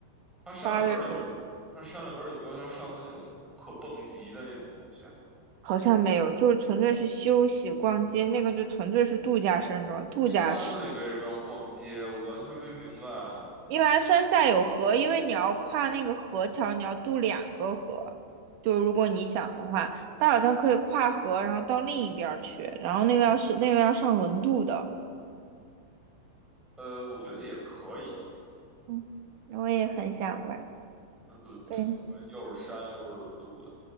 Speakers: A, in the centre; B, on the right.
A: 它山里边儿有，
B: 八月份。
A: 它山里边儿有没有像上次那种可蹦极的那种东西啊？
B: 好像没有，就是纯粹是休息、逛街，那个就纯粹是度假山庄，度假，
A: 山里为什么要逛街？我完全没明白啊。
B: 因为它山下有河，因为你要跨那个河桥，你要渡两个河，就如果你想的话，它好像可以跨河，然后到另一边儿去，然后那个要是那个要上轮渡的，
A: 呃，我觉得也可以，
B: 嗯，我也很想玩，
A: 轮渡呗，
B: 对
A: 又是山又是轮渡的，